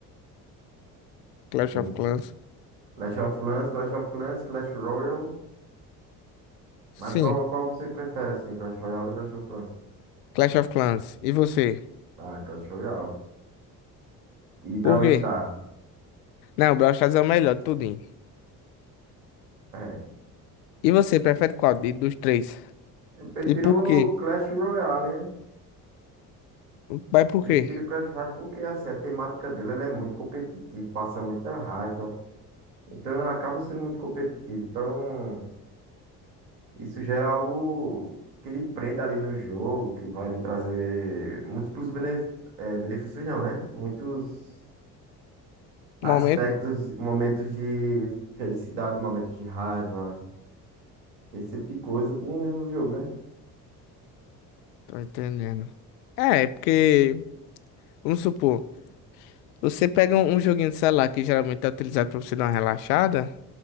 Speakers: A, on the left; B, on the right.
A: Clash
B: Sim,
A: of
B: sim.
A: Clans.
B: Clash of Clans, Clash of Clans, Clash Royale.
A: Sim,
B: Mas qual, qual você prefere, assim? Clash Royale ou Clash of Clans?
A: Clash of Clans. E você?
B: Ah, Clash Royale. E Brawl
A: Por quê?
B: Stars.
A: Não, Brawl Stars é o melhor, de tudinho.
B: É.
A: E você, prefere qual de- dos três?
B: Eu prefiro
A: E por
B: o
A: quê?
B: Clash Royale, né?
A: Vai por
B: Prefiro
A: quê?
B: Crash Royale porque assim, a temática dele ela é muito competitiva, passa muita raiva. Então ela acaba sendo muito competitiva. Então isso gera algo que lhe prenda ali no jogo, que vai lhe trazer múltiplos benef- eh, benefícios, não, né? Muitos aspectos,
A: Momento?
B: momentos de felicidade, momentos de raiva, esse tipo de coisa com o jogo, né?
A: Tô entendendo. É, é porque, vamos supor, você pega um um joguinho de celular que geralmente é utilizado pra você dar uma relaxada.